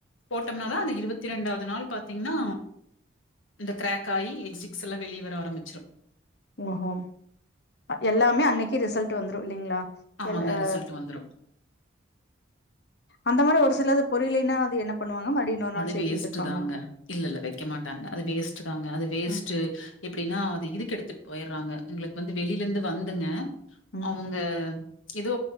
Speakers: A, on the left (about 80°); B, on the left (about 55°).
A: போட்டோம்னாதா அந்த இருவத்தி ரெண்டாவது நாள் பாத்தீங்னா இந்த கிராக் ஆகி எக்சிக்ஸ் எல்லா வெளியே வர ஆரம்பச்சிரு
B: ஓஹோ எல்லாமே அன்னைக்கு ரிசல்ட் வந்துரு இல்லைங்களா
A: ஆமாங்க
B: எல் எ
A: ரிசல்ட் வந்துரும்.
B: அந்த மாரி ஒரு சிலது பொரியலைன்னா அது என்ன பண்ணுவாங்க மறுபடி இன்னொரு நாள்
A: அது
B: சேத்து
A: வேஸ்ட்டு
B: வச்சிருப்பாங்களா
A: தாங்க. இல்ல இல்ல வைக்க மாட்டாங்க அது வேஸ்ட்டுதாங்க அது வேஸ்ட்டு
B: ம்,
A: எப்டின்னா அது இதுக்கு எடுத்துட்டு போயிட்றாங்க உங்களுக்கு வந்து வெளில இருந்து வந்துங்க
B: ம்.
A: அவங் க ஏதோ